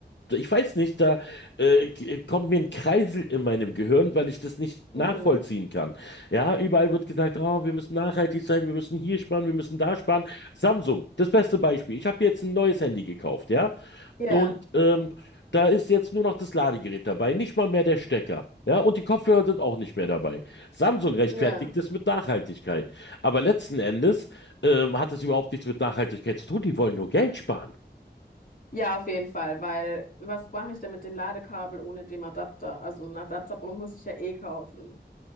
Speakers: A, on the left; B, on the left.
A: ich weiß nicht, da äh, k- kommt mir ein Kreisel in meinem Gehirn, weil ich das nicht nachvollziehen
B: Mhm.
A: kann. Ja, überall wird gesagt, oh, wir müssen nachhaltig sein, wir müssen hier sparen, wir müssen da sparen. Samsung, das beste Beispiel. Ich habe jetzt ein neues Handy gekauft, ja.
B: Ja.
A: Und ähm, da ist jetzt nur noch das Ladegerät dabei, nicht mal mehr der Stecker. Ja, und die Kopfhörer sind auch nicht mehr dabei. Samsung rechtfertigt
B: Ja.
A: es mit Nachhaltigkeit. Aber letzten Endes ähm, hat es überhaupt nichts mit Nachhaltigkeit zu tun. Die wollen nur Geld sparen.
B: Ja, auf jeden Fall, weil was mache ich denn mit dem Ladekabel ohne dem Adapter? Also einen Adapter brauche- muss ich ja eh kaufen.